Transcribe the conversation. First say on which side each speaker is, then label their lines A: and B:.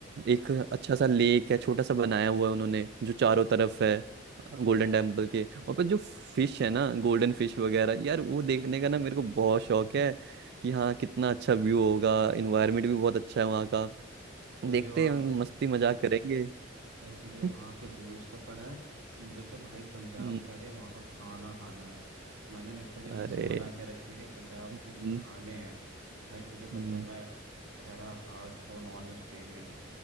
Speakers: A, on the right (about 55°); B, on the right (about 85°).
A: एक अच्छा सा लेक है छोटा सा बनाया हुआ है उन्होंने जो चारों तरफ है गोल्डन टेम्पल के और पर जो फिश है ना गोल्डन फिश वगैरह यार वो देखने का ना मेरे को बहुत शौक है कि हाँ कितना अच्छा व्यू होगा इन्वायरमेंट भी बहुत अच्छा है वहाँ का
B: तुझे
A: देखते
B: वहाँ
A: हैं
B: के
A: मस्ती मजाक करेंगे
B: अरे तुझे
A: <laughs>
B: वहाँ के व्यूज़ का पड़ा है मुझे तो भाई पंजाब
A: हम्म,
B: जाके वहाँ का खाना खाना है मैंने लिटरली
A: अरे
B: लिस्ट बना के रखी है कि पंजाब
A: हम्म,
B: में जो खाने हैं भाई तुझे
A: हम्म,
B: पता है मैं ठहरा हार्ड कोर नॉन वेजिटेरियन